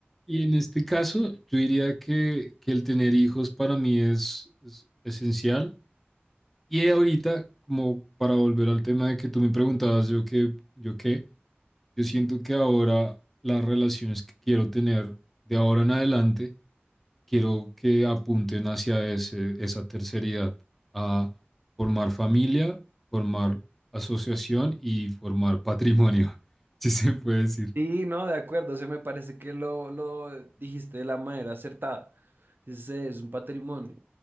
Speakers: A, in the centre; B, on the right.
A: y en este caso, yo diría que, que el tener hijos para mí es, es esencial. Y ahorita, como para volver al tema de que tú me preguntabas, yo qué, yo qué, yo siento que ahora las relaciones que quiero tener de ahora en adelante, quiero que apunten hacia ese, esa terceridad, a formar familia, formar asociación y formar patrimonio, <laughs> si se puede decir.
B: Sí, no, de acuerdo, se me parece que lo, lo dijiste de la manera acertada. Ese es un patrimonio.